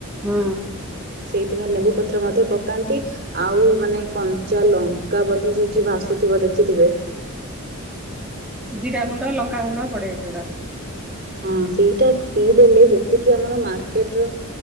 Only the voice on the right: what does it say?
ସେଇଥିପାଇଁ ଲେମ୍ବୁ ପତ୍ର ମଧ୍ୟ ପକାନ୍ତି। ଆଉ ମାନେ କଞ୍ଚା ଲଙ୍କା ମଧ୍ୟ ବୋଧେ ସେଠି ଭାସୁଥିବ ଦେଖିଥିବେ।
ହଁ ସେଇଟା ପିଇଦେଲେ ଯେତିକି ଆମର ମାର୍କେଟର